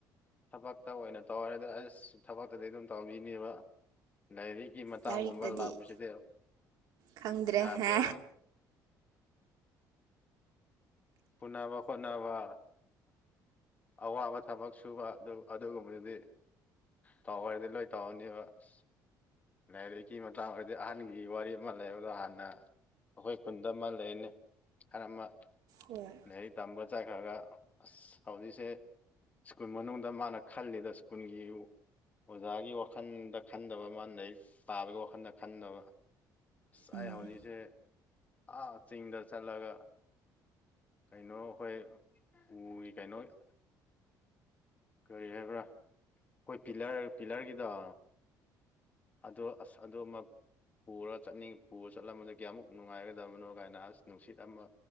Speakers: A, on the left (about 20°); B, on the right (about 65°).
A: ꯊꯕꯛꯇ ꯑꯣꯏꯅ ꯇꯧꯔꯦꯗ ꯑꯁ ꯊꯕꯛꯇꯗꯤ ꯑꯗꯨꯝ ꯇꯧꯕꯤꯅꯦꯕ ꯂꯥꯏꯔꯤꯛ ꯒꯤ ꯃꯇꯥꯡꯒꯨꯝꯕ
B: ꯂꯥꯏꯔꯤꯛꯇꯗꯤ
A: ꯂꯥꯛꯄꯁꯤꯗꯤ
B: ꯈꯪꯗ꯭ꯔꯦ
A: ꯌꯥꯗꯦꯕ
B: ꯍꯦ
A: ꯎꯅꯥꯕ ꯈꯣꯠꯅꯕ ꯑꯋꯥꯕ ꯊꯕꯛ ꯁꯨꯕ ꯑꯗꯨ ꯑꯗꯨꯒꯨꯝꯕꯗꯨꯗꯤ ꯇꯧꯔꯗꯤ ꯂꯣꯏ ꯇꯧꯔꯅꯦꯕ ꯑꯁ ꯂꯥꯏꯔꯤꯛꯀꯤ ꯃꯇꯥꯡ ꯑꯣꯏꯔꯗꯤ ꯑꯍꯟꯒꯤ ꯋꯥꯔꯤ ꯑꯃ ꯂꯩꯕꯗꯣ ꯍꯥꯟꯅ ꯑꯩꯈꯣꯏ ꯈꯨꯟꯗ ꯑꯃ ꯂꯩꯅꯦ ꯑꯍꯥꯜ ꯑꯃ
B: ꯍꯣꯏ
A: ꯂꯥꯢꯔꯤꯛ ꯇꯝꯒ ꯆꯠꯈ꯭ꯔꯒ ꯑꯁ ꯍꯧꯖꯤꯛꯁꯦ ꯁ꯭ꯀꯨꯜ ꯃꯅꯨꯡꯗ ꯃꯥꯅ ꯈꯜꯂꯤꯗꯣ ꯁ꯭ꯀꯨꯜꯒꯤ ꯑꯣꯖꯥꯒꯤ ꯋꯥꯈꯜꯗ ꯈꯟꯗꯕ ꯃꯥꯅ ꯂꯥꯏꯔꯤꯛ ꯕꯕꯥꯒꯤ ꯋꯥꯈꯜꯗ ꯈꯟꯗꯕ ꯑꯁ
B: ꯎꯝ
A: ꯑꯩ ꯍꯧꯖꯤꯛꯁꯦ ꯑ ꯆꯤꯡꯗ ꯆꯠꯂꯒ ꯀꯩꯅꯣ ꯑꯩꯈꯣꯏ ꯎꯒꯤ ꯀꯩꯅꯣ ꯀꯔꯤ ꯍꯥꯏꯕ꯭ꯔꯥ ꯑꯩꯈꯣꯏ ꯄꯤꯂꯔ ꯄꯤꯂꯔꯒꯤꯗꯣ ꯑꯗꯣ ꯑꯁ ꯑꯗꯣ ꯃ ꯄꯨꯔꯒ ꯆꯠꯅꯤꯡ ꯄꯨꯔ ꯆꯠꯂꯝꯕꯗ ꯀꯌꯥꯃꯨꯛ ꯅꯨꯡꯉꯥꯏꯒꯗꯕꯅꯣ ꯀꯥꯏꯅ ꯑꯁ ꯅꯨꯡꯁꯤꯠ ꯑꯃ